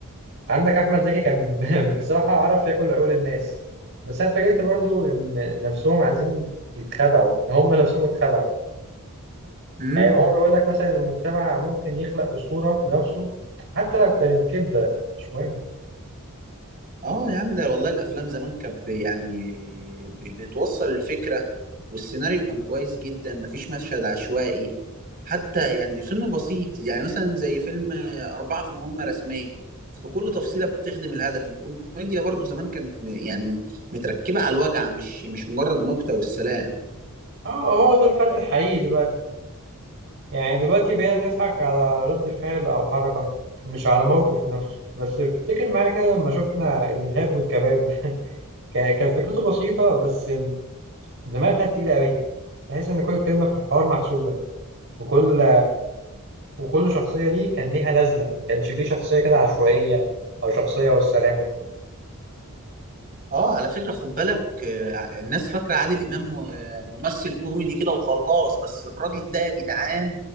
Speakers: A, on the right; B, on the right.
A: عندك أحمد زكي كان <laughs> بصراحة عرف ياكل عقول الناس بس أنا اتفاجئت برضه إن نفسهم عايزين يتخدعوا هم نفسهم اتخدعوا
B: امم
A: يعني هو بيقول لك مثلا المجتمع ممكن يخلق أسطورة بنفسه حتى لو كانت كده مش مهم
B: اه يا عم ده والله الافلام زمان كانت ب- يعني ب- بتوصل الفكره والسيناريو كان كويس جدا مفيش مشهد عشوائي حتى يعني الفيلم بسيط يعني مثلا زي فيلم أربعة في مهمة رسمية في كل تفصيلة بتخدم الهدف الكوميديا برضو زمان كانت م- يعني متركبة على الوجع مش مش مجرد نكتة والسلام
A: اه هو ده الفرق الحقيقي دلوقتي يعني دلوقتي بقينا بنضحك على رد فعل أو حركة مش على موقف نفسه بس افتكر معايا كده لما شفنا الإرهاب والكباب <laughs> كا- كانت فكرته بسيطة بس دماغها تقيلة قوي تحس إن كل كلمة في الحوار محسوبة وكل وكل شخصية دي كان ليها لازمة ما كانش فيه شخصية كده عشوائية أو شخصية والسلام وكده.
B: اه على فكرة خد بالك آه، الناس فاكرة عادل إمام آه، ممثل كوميدي كده وخلاص بس الراجل ده يا جدعان